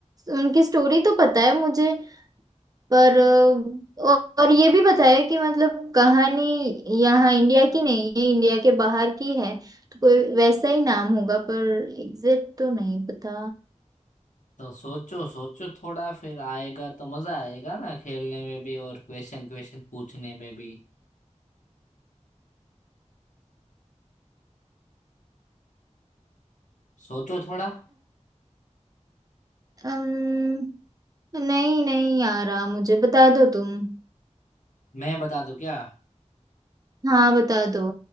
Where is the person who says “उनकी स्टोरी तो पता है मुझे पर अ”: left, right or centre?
Right